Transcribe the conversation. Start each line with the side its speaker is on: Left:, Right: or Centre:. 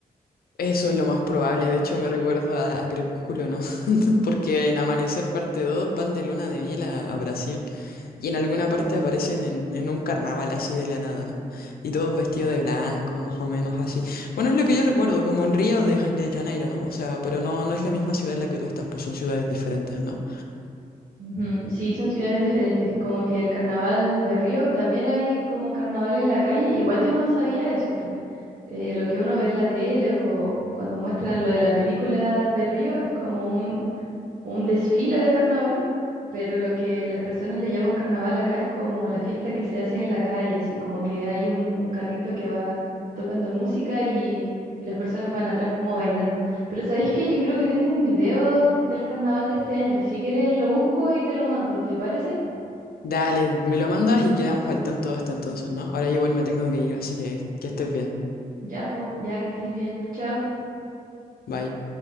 Left: Eso es lo más probable, de hecho me recuerdo a, a Crepúsculo, ¿no? Porque en Amanecer parte Dos van de luna de miel a, a Brasil y en alguna parte aparecen en, en un carnaval así de la nada, ¿no? Y todos vestidos de blanco, más o menos así. Bueno, es lo que yo recuerdo, como en Río de, Ja- de Janeiro, ¿no? O sea, pero no, no es la misma ciudad en la que tú estás, pues son ciudades diferentes, ¿no?
Right: Ujú, Sí, son ciudades diferentes, como que el carnaval de Río, también hay como carnaval en la calle, igual yo no sabía eso, po. Eh, lo que uno ve en la tele o cuando muestran lo de la película de Río es como un un desfile de carnaval, pero lo que las personas le llaman carnaval acá es como la fiesta que se hace en la calle, así como que hay un, un carrito que va tocando música y, y las personas van atrás como bailando. Pero ¿sabéis que Yo creo que tengo un video del carnaval de este año. Si quieres lo busco y te lo mando, ¿te parece?
Left: Dale, me lo mandas y quedamos al tanto hasta entonces, ¿no? Ahora igual me tengo que ir, así que que estés bien.
Right: Ya, pues, ya que estés bien. Chao.
Left: Bye.